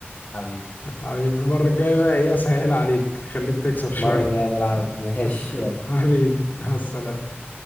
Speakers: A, on the left; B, on the left.
A: حبيبي
B: حبيبي المرة الجاية بقى ايه اسهل عليك خليك تكسب شوية
A: المرة الجاية نلعب ماشي
B: <laughs>
A: يلا
B: حبيبي مع السلامة